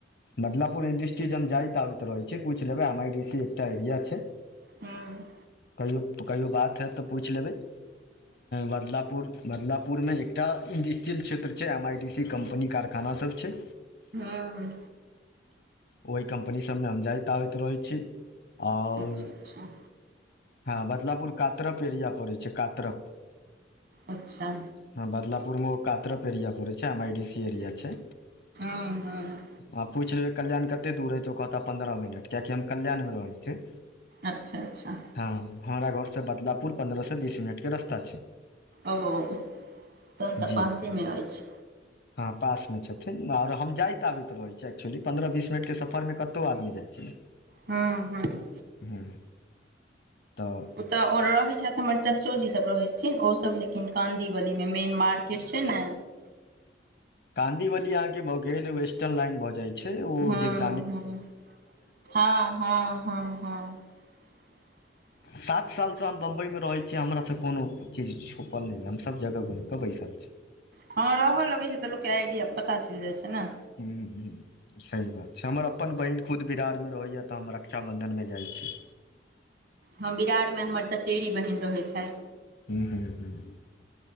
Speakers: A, on the left; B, on the right.
A: बदलापुर इंडस्ट्री जे हम जाय आबैत रहैत छी पूछ लेबै एम आई डी सी एकटा एरिया छै
B: हूँ
A: कहियो कहियो बात हत तऽ पूछि लेबै बदलापुर बदलापुर मे एकटा इंडस्ट्रियल क्षेत्र छै M I T C company कारखाना सब छै
B: ह
A: ओहि कम्पनी सभमे हम जाइत आबैत रहै छी आओर
B: अच्छा अच्छा
A: हँ बदलापुर कातरप एरिया पड़े छै कातरप
B: अच्छा
A: हँ बदलापुरमे ओ कातरप एरिया पड़ै छै आ आइ डीसी एरिया छै
B: हम्म हम्म
A: आ पूछ लेबै कल्याण कते दूर ऐ ओ कहता पन्द्रह मिनट कियकि हम कल्याण मे रहैत छी
B: अच्छा अच्छा
A: हँ हमरा घर से बदलापुर पन्द्रह से बीस मिनट के रस्ता छै
B: ओ तहन तऽ
A: जी
B: पासे में अछि
A: हँ पास में छथिन और हम जायित आबैत रह छीऐ एक्चुअली पन्द्रह बीस मिनट के सफर मे कतौ आदमी जाइ छै
B: हम्म हम्म
A: हूँ तऽ
B: ओतऽ रहै छथि हमर चाच्चो जी सब रहै छथिन ओ सब लेकिन काँदी बली मे मेन मार्केट छै ने
A: काँदीवली अहाँ के भऽ गेल वेस्टर्न लाइन भऽ जाय छै ओ
B: हूँ
A: जीदी
B: हूँ हँ हँ हँ हँ <inaudible>
A: सात सालसँ हम बम्बइ में रहैत छी हमरासँ कोनो चीज छुपल नहि य हमसभ जगह घुमि कऽ बैसल छी
B: हँ रहऽ लगै छै तऽ लोक के आइडिया पता चल जाइ छै न
A: हूँ हूँ सही बात छै हमर अपन बहिन खुद बिरारमे रहैए तऽ हम रक्षाबन्धन मे जाइत छी
B: हँ बिरार में हमर सचेड़री बहन रहैत छथि
A: हूँ हूँ हूँ